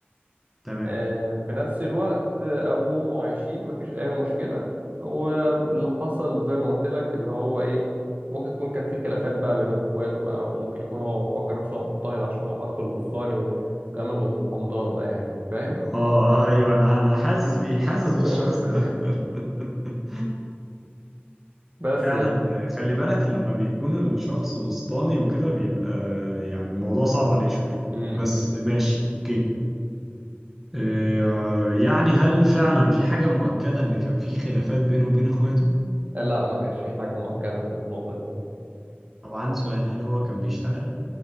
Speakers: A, in the centre; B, on the right.
A: تمام
B: آه، في نفس الوقت آه، ابوه وامه عايشين مفيش اي مشكله واللي حصل زي ما قلت لك اللي هو ايه ممكن يكون كان في خلافات بقى بين اخواته بقى وممكن يكون هو مفكر نفسه هو مضطهد عشان هو الاخ الوصاني وال- وكمان الحمضان ده يعني فاهم
A: اه ايوه انا انا حاسس
B: مم.
A: بيه حاسس
B: <laughs>
A: بالشخص ده <laughs>
B: بس
A: فعلا
B: يعني
A: خلي بالك لما بيكون الشخص وسطاني وكده بيبقى يعني الموضوع صعب عليه شوية
B: امم
A: بس ماشي اوكي آه، يعني هل فعلا في حاجة مؤكدة ان كان في خلافات بينه وبين اخواته؟
B: لا ما كانش في حاجه مؤكده في النقطه دي
A: طبعا سؤال هل هو كان بيشتغل؟